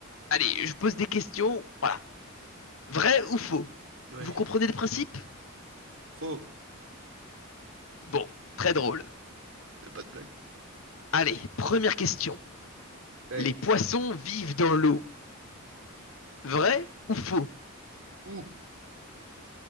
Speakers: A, on the left (about 70°); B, on the right (about 65°).
A: allez, je pose des questions, voilà. Vrai ou faux?
B: oui.
A: Vous comprenez le principe?
B: Faux.
A: Bon, très drôle.
B: C'est pas de blague.
A: Allez, première question.
B: Ouais.
A: Les poissons vivent dans l'eau. Vrai ou faux?
B: Ou,